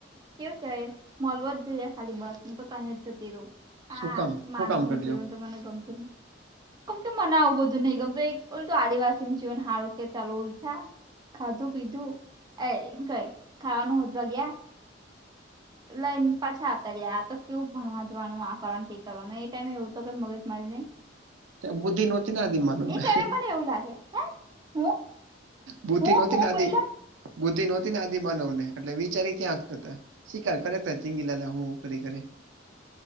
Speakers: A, on the right; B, on the right.
A: કેવું કેહેવાય મળવો જ જોઈએ ખાલી. હું તો તહી જ જતી રહું, હા.
B: શું કામ
A: માનવ
B: હું કામ
A: નું
B: કરી
A: જીવન
B: લ્યો
A: તો મને ગમતું ને. કેમ કે મનાવું બધું નહી ગમતો બોલ, આદિવાસી નું જીવન સારું કે ચાલો. ખાધું પીધું, એ કઈ ખાવાનું હોધવા ગયા. લઈને પાછા આવતા રહ્યા, તો કેવું ભણવા જવાનું, આ કરવાનું, તે કરવાનું. એ ટાઈમ એવું તો કંઈ મગજ મારી નઈ.
B: બુદ્ધિ નહોતી ને આદિમાનવને.
A: ટાઈમે મને એવું લાગે હે હું
B: બુદ્ધિ
A: હું
B: નહોતી
A: હું
B: ને, આદિ
A: બોયલા
B: બુદ્ધિ નહોતી ને. આદિમાનવ ને એટલે વિચારી ક્યાં હક્તા. શિકાર કરે હ, ઝીંગાલાલા, હું કરી કરી ને.